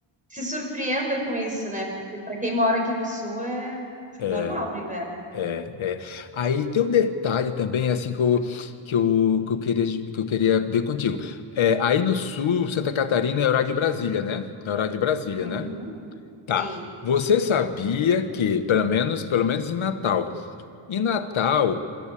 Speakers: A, on the right; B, on the left.
A: se surpreenda com isso, né? Porque pra quem mora aqui no Sul é
B: é.
A: normal no inverno.
B: É, é. Aí tem um detalhe também, assim, que eu, que eu, que eu queria, que eu queria ver contigo. É, aí no sul, Santa Catarina é horário de Brasília, né? É horário de Brasília,
A: Uhum.
B: né? Tá.
A: Sim.
B: Você sabia que, pelo menos, pelo menos em Natal, em Natal